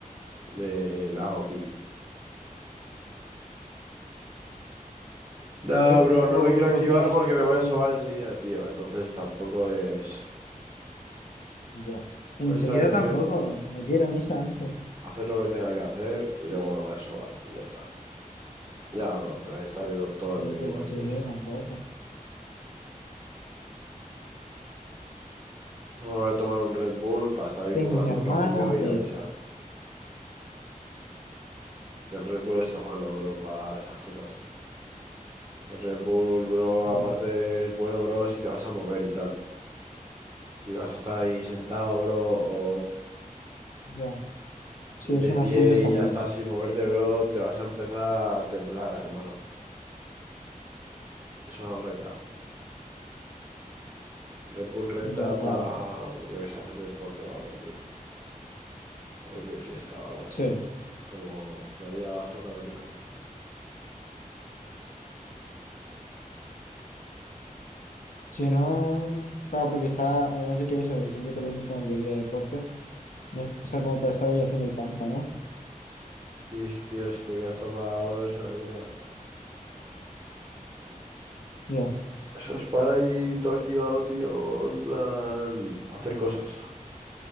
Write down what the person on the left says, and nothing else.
Me voy a
probar
un Red
Bull de esos
todo...
Ya. Enseguida
tampoco. Ayer a misa antes.
Pero,
pero
enseguida
tampoco.
Tengo
un hermano,
a pedir.
Yo,
yo. Sí,
es una
full de Estambul.
Ya, claro.
Sí.
Si no, claro, porque está, además de que eso, de que siempre te lo venden como bebida de deporte, no está como para estar ahí haciendo el panza, ¿no?
Ya,